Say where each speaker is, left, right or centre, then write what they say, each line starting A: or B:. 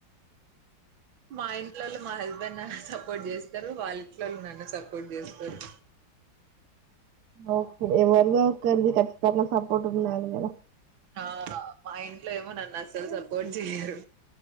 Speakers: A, on the right (about 85°); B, on the right (about 65°).
A: మా ఇంట్లలో మాహ నా సపోర్ట్ చేస్తారు వాళ్ళ ఇంట్లోళ్ళు నాన్ను సపోర్ట్ చేస్తారు
B: ఓక ఎవరిదో ఉక్కరుది ఖచ్చితంగా సపోట్ ఉండాలి కదా
A: ఆ మా ఇంట్లో ఏమో నన్ను అస్సలు సపోర్ట్ చెయ్యరు